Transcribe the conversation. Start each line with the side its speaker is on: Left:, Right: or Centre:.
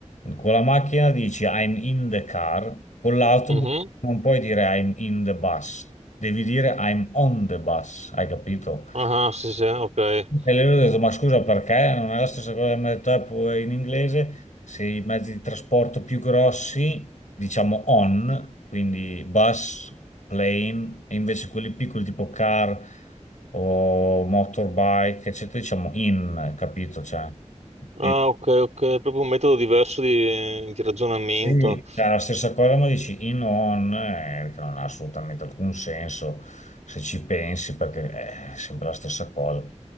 Left: con la macchina dici I'm in the car, con l'autobus
Right: Mhm.
Left: non puoi dire I'm in the bus, devi dire I'm on the bus, hai capito?
Right: Ah, sì, sì, ok.
Left: E lui ha detto, ma scusa, perché non è la stessa cosa che mi ha detto Apple in inglese? Se i mezzi di trasporto più grossi, diciamo on, quindi bus, plane, e invece quelli piccoli tipo car o motorbike, eccetera, diciamo in, capito? Cioè,
Right: Ah,
Left: e-
Right: ok, ok, è proprio un metodo diverso di, di ragionamento.
Left: sì, cioè la stessa cosa, ma dici in on, eh, che non ha assolutamente alcun senso se ci pensi, perché è sempre la stessa cosa.